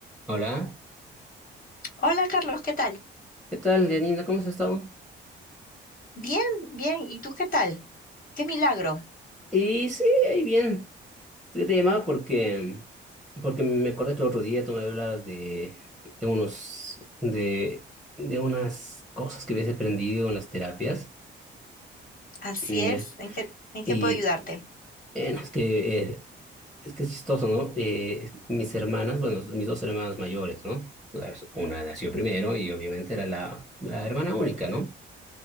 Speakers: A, in the centre; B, on the left.
A: Hola,
B: Hola Carlos, ¿qué tal?
A: ¿qué tal, Janina? ¿Cómo has estado?
B: Bien, bien. ¿Y tú qué tal? Qué milagro.
A: Y sí, ahí bien. Te, te llamaba porque, porque me acordé que el otro día tú me hablabas de, de unos, de, de unas cosas que habías aprendido en las terapias,
B: Así
A: mm,
B: es.
A: ¿ya?
B: ¿En qué, en qué
A: Y
B: puedo ayudarte?
A: eh, no, es que, eh, es que es chistoso, ¿no? Eh, mis hermanas, bueno, mis dos hermanas mayores, ¿no? Tú sabes, una nació primero y obviamente era la, la hermana única, ¿no?